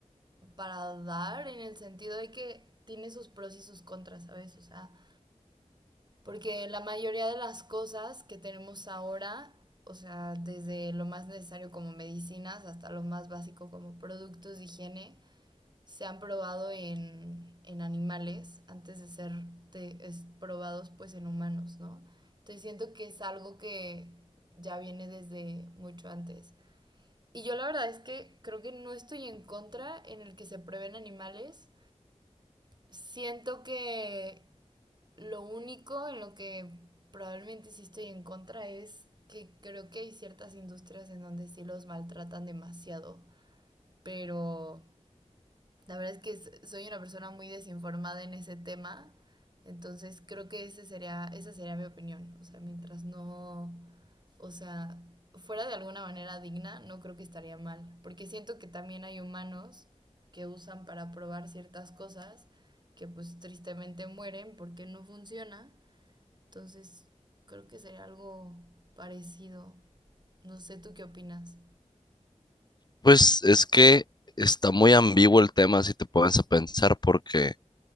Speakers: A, on the right; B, on the left.
A: para dar en el sentido de que tiene sus pros y sus contras, ¿sabes? O sea, porque la mayoría de las cosas que tenemos ahora, o sea, desde lo más necesario como medicinas hasta lo más básico como productos de higiene, se han probado en, en animales antes de ser te- es- probados pues en humanos, ¿no? Entonces siento que es algo que ya viene desde mucho antes. Y yo la verdad es que creo que no estoy en contra en el que se prueben animales. Siento que lo único en lo que probablemente sí estoy en contra es que creo que hay ciertas industrias en donde sí los maltratan demasiado, pero la verdad es que s- soy una persona muy desinformada en ese tema, entonces creo que ese sería, esa sería mi opinión. O sea, mientras no, o sea, fuera de alguna manera digna, no creo que estaría mal, porque siento que también hay humanos que usan para probar ciertas cosas que pues tristemente mueren porque no funciona. Entonces creo que sería algo parecido. No sé, ¿tú qué opinas?
B: Pues es que está muy ambiguo el tema si te pones a pensar porque